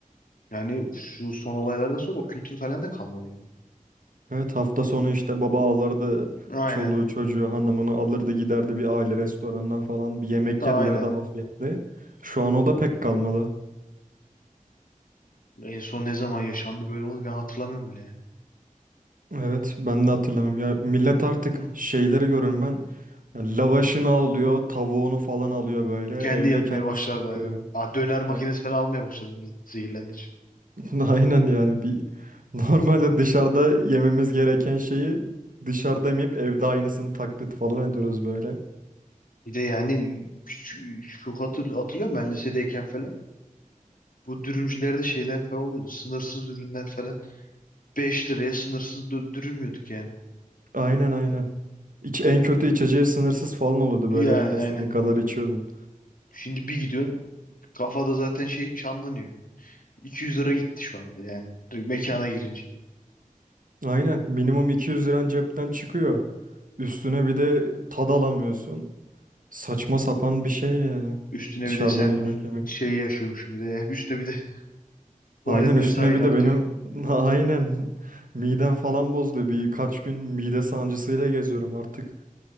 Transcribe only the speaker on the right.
Evet hafta sonu işte baba alırdı
çoluğu çocuğu hanımını alırdı giderdi bir aile restoranına falan bir yemek
yerlerdi
afiyetle. Şu an o da pek kalmadı.
Evet ben de hatırlamıyorum ya millet artık
şeyleri görüyorum ben ya lavaşını alıyor tavuğunu falan alıyor böyle
evde
kendisi
yapıyor.
Aynen,
<laughs> aynen yani bir normalde dışarıda yememiz gereken şeyi dışarıda yemeyip evde aynısını taklit falan ediyoruz böyle.
Aynen aynen. İç, en kötü içeceği sınırsız falan oluyordu
böyle yanında istediğin
kadar içiyordun.
Aynen minimum 200 liran cepten çıkıyor. Üstüne bir de tad alamıyorsun. Saçma sapan bir şey yani.
Dışarıdan
yemek yemek.
Aynen üstüne
bir
de benim <laughs> aynen midem falan bozdu. Birkaç gün mide sancısıyla geziyorum artık.